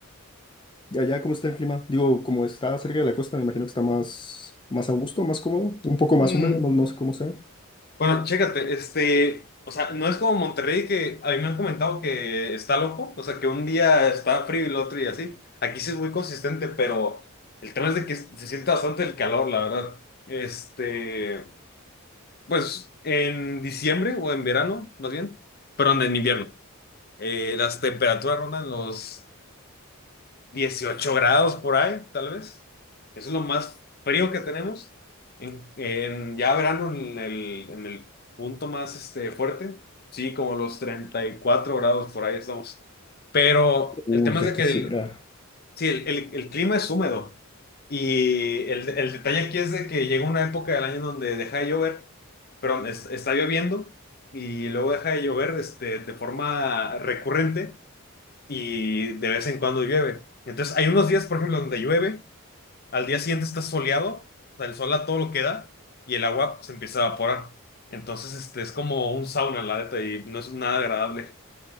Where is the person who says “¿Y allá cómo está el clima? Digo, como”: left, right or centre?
Left